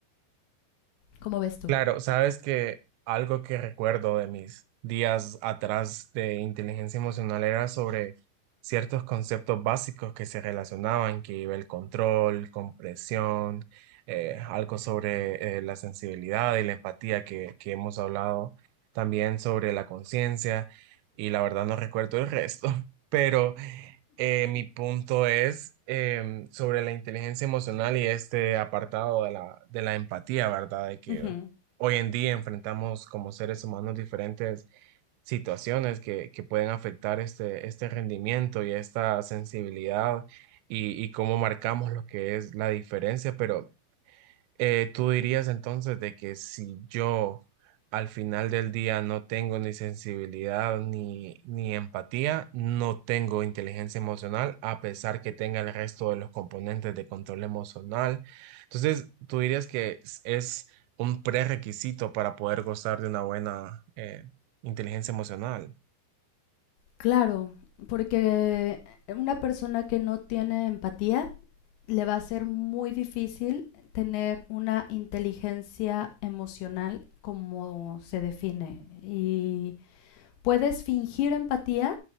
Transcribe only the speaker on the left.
¿Cómo ves tú?
Ujú.
Claro, porque una persona que no tiene empatía le va a ser muy difícil tener una inteligencia emocional como se define y Puedes fingir empatía,